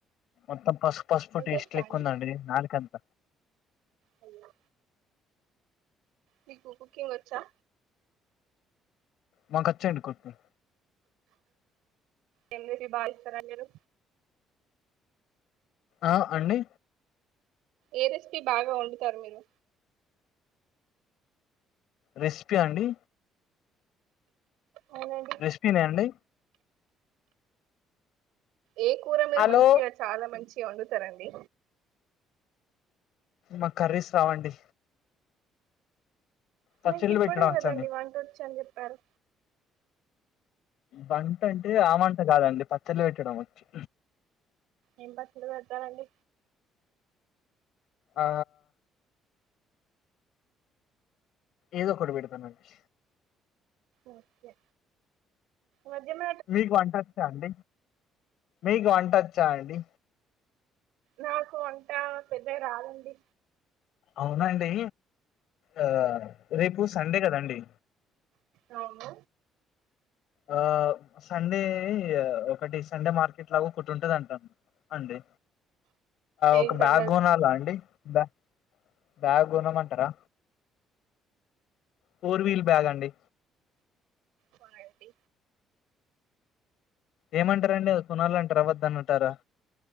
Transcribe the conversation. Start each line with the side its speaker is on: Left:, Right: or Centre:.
Left: మొత్తం పసుపు పసుప్ టేస్ట్
Right: వచ్చా
Left: లేక్
Right: అండి
Left: ఉందండి నాలికంత
Right: హలో మీకు కుకింగ్ వచ్చా
Left: మాకు అచ్చనండి కుకింగ్
Right: యన్వసి బాగా ఇస్తారా మీరు
Left: ఆ అండి
Right: ఏ రెసిపి బాగా వండుతారు మీరు
Left: రెసిపీ అండి
Right: అవునండి
Left: రెస్పిన అండి
Right: ఏ కూర మీరు
Left: హలో
Right: మంచిగా చాలా మంచిగా వండుతారండి
Left: మాకు కర్రీస్ రావండి పచ్చళ్ళు
Right: నాకు ఇప్పుడే
Left: పెట్టడం వచ్చండి
Right: కదండి వంట వచ్చు అని చెప్పారు
Left: వంట అంటే ఆ మంట కాదండి పచ్చళ్లు పెట్టడం వచ్చు
Right: ఏం పచ్చడి పెడుతారండి
Left: ఆ ఏదో ఒకటి పెడతానండి
Right: ఓకే మధ్యమ
Left: మీకు వంట వచ్చా అండి మీకు వంట వచ్చా అండి
Right: నాకు వంట పెద్దగా రాదండి
Left: అవునా అండి ఆ రేపు సండే కదండి
Right: అవును
Left: ఆ సండే ఒకటి సండే మార్కెట్ లాగా ఒకటి ఉంటది అంట అండి
Right: ఏంటండి
Left: ఒక బ్యాగ్
Right: అది
Left: కొనాలా అండి బ్యాగ్ బ్యాగ్ కొనమమంటారా ఫోర్ వీల్ బ్యాగ్ అండి
Right: కొనండి
Left: ఏమంటారండి అది కొనాలంటారా వద్దని అంటార